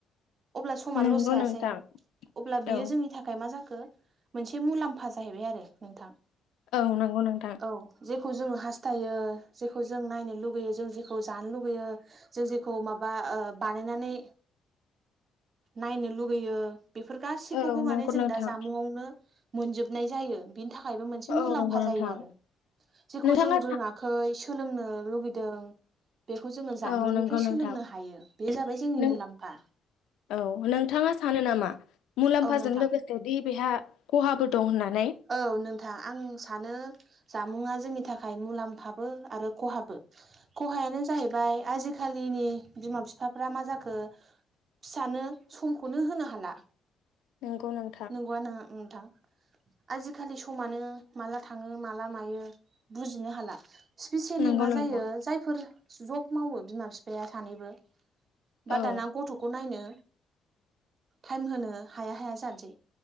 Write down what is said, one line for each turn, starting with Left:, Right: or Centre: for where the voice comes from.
Right: अब्ला समा
Left: नंगौ
Right: लस जायासै
Left: नोंथां
Right: अब्ला बियो
Left: औ
Right: जोंनि थाखाय मा जाखो मोनसे मुलाम्फा जाहैबाय आरो नोंथां।
Left: औ नंगौ नोंथां।
Right: औ जेखौ जोङो हास्थायो जेखौ जों नायनो लुगैयो जों जेखौ जानो लुगैयो जों जेखौ माबा ओ बानायनानै नायनो लुुबैयो। बेफोर गासैखौबो
Left: औ नंगौ
Right: माने जों
Left: नोंथां
Right: दा जामुंआवनो मोनजोबनाय जायो। बिनि थाखायबो मोनसे
Left: औ
Right: मुलाम्फा
Left: नंगौ नोंथां
Right: जायो आरो। जेखौ
Left: नोंथाङा
Right: जों रोङाखै
Left: सा
Right: सोलोंनो लुुबैदों। बेखौ जोङो जामुंनिफ्राय
Left: औ नंगौ
Right: सोलोंनो
Left: नोंथां
Right: हायो बे जाबाय जोंनि
Left: नों
Right: मुलाम्फा
Left: औ नोंथाङा सानो नामा मुलाम्फाजों
Right: औ नोंथां
Left: लोगो जुदि बेहा खहाबो दं होननानै?
Right: औ नोंथां आं सानो जामुङा जोंनि थाखाय मुलाम्फाबो आरो खहाबो। खहायानो जाहैबाय आजिखालिनि बिमा फिफाफ्रा मा जाखो फिसानो समखौनो होनो हाला।
Left: नंगौ नों
Right: नंगौआ नो- नोंथां आजिखालि समानो माला थाङो माला मायो बुजिनो हाला। स्पिसिलि
Left: नंगौ
Right: मा
Left: नोंथां
Right: जायो जायफोर जब मावो बिमा बिफाया सानैबो बा
Left: औ
Right: दाना गथ'खौ नायनो टाइम होनो हाया हाया जानोसै।